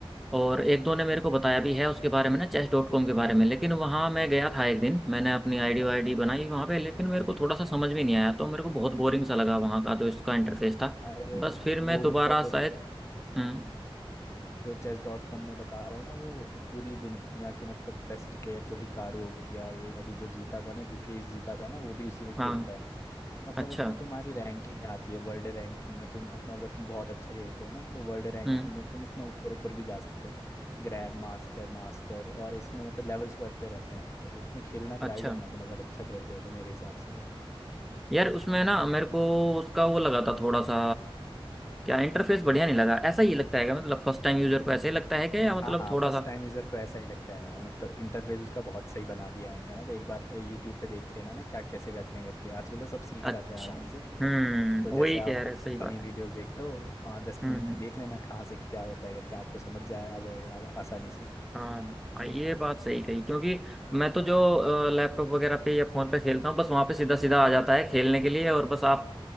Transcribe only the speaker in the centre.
और एक दो ने मेरे
को बताया भी है उसके बारे में ना चेस डॉट कॉम के बारे में लेकिन वहाँ मैं गया था एक दिन मैंने अपनी आईडी वाईडी बनाई
वहाँ पे लेकिन मेरे को थोड़ा सा समझ में नहीं आया तो मेरे को बहुत बोरिंग सा लगा वहाँ का जो इसका इंटरफेस था
बस फिर मैं
दोबारा
शायद हम्म
हाँ
अच्छा
हम्म
अच्छा
यार उसमें ना मेरे को उसका वो लगा था थोड़ा सा क्या इंटरफेस बढ़िया नहीं लगा ऐसा ही लगता है क्या मतलब फर्स्ट टाइम यूजर को ऐसा ही लगता है क्या या मतलब
थोड़ा
सा
अच्छा
हम्म
वही
कह रहे सही बात
है
हम्म
हम्म
हाँ ये बात सही कही क्योंकि मैं तो जो लैपटॉप वगैरह पे या फोन पे खेलता हूँ बस वहां पे सीधा सीधा आ जाता है खेलने के लिए और बस आप